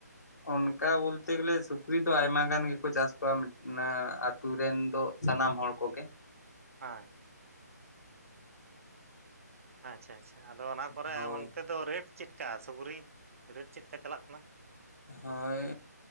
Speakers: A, on the left; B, on the right.
A: ᱚᱱᱠᱟ ᱵᱚᱞᱛᱮ ᱜᱮᱞᱮ ᱥᱩᱠᱨᱤ ᱫᱚ ᱟᱭᱢᱟ ᱜᱟᱱ ᱜᱮᱠᱚ ᱪᱟᱥ ᱠᱚᱣᱟ ᱢᱟᱱᱮ ᱟᱛᱳ ᱨᱮᱱ ᱫᱚ ᱥᱟᱱᱟᱢ ᱦᱚᱲ ᱠᱚᱜᱮ
B: ᱚ ᱟᱪᱪᱷᱟ ᱟᱪᱪᱷᱟ ᱟᱫᱚ ᱚᱱᱟ ᱠᱚᱨᱮ
A: ᱦᱳᱭ
B: ᱚᱱᱛᱮ ᱫᱚ ᱨᱮᱴ ᱪᱮᱫᱠᱟ ᱥᱩᱠᱨᱤ ᱨᱮᱴ ᱪᱮᱫ ᱞᱮᱠᱟ ᱪᱟᱞᱟᱜ ᱠᱟᱱᱟ
A: ᱦᱚᱭ